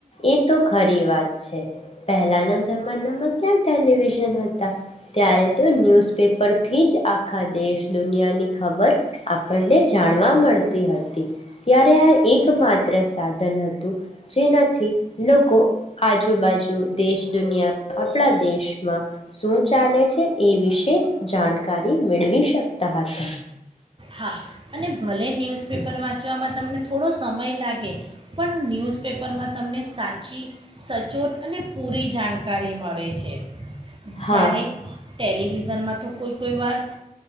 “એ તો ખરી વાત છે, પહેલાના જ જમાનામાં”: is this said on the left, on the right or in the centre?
Left